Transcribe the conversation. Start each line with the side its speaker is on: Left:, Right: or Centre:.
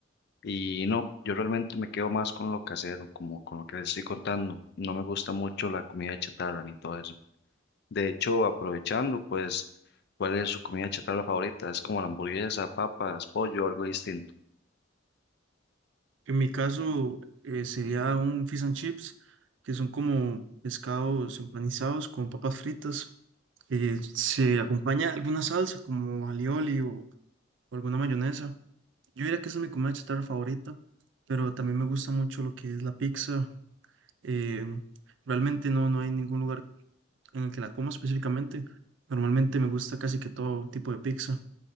Left: Y no, yo realmente me quedo más con lo casero, como con lo que les estoy contando. No me gusta mucho la comida de chatarra ni todo eso. De hecho, aprovechando, pues, ¿cuál es su comida chatarra favorita? ¿Es como la hamburguesa, papas, pollo, algo distinto?
Right: En mi caso eh, sería un fish and chips, que son como pescados empanizados con papas fritas. Eh, se acompaña alguna salsa como alioli o, o alguna mayonesa. Yo diría que esa es mi comida chatarra favorita, pero también me gusta mucho lo que es la pizza. Eh, realmente no, no hay ningún lugar en el que la coma específicamente. Normalmente me gusta casi que todo tipo de pizza.